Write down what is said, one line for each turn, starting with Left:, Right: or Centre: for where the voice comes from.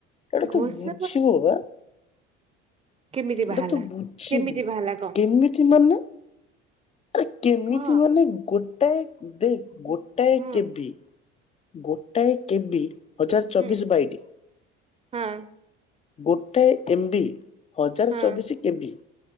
Left: ଏଇଟା
Right: ଘୋଷ
Left: ତୁ ବୁଝିବ ବା।
Right: କେମିତି ବାହାରିଲା?
Left: ଏଟା ତୁ ବୁଝିବୁ
Right: କେମିତି ବାହାରିଲା କହ
Left: କେମିତି ମାନେ। ଆରେ କେମିତି
Right: କହ
Left: ମାନେ ଗୋଟାଏ ଦେ
Right: ହୁଁ
Left: ଗୋଟାଏ
Right: ହଁ
Left: କେବି। ଗୋଟାଏ କେବି ହଜାର୍ ଚବିଶ୍
Right: ହୁଁ
Left: ବାଇଟି।
Right: ହଁ
Left: ଗୋଟାଏ ଏମ୍ବି ହଜାରେ
Right: ହଁ
Left: ଚବିଶ୍ କେବି।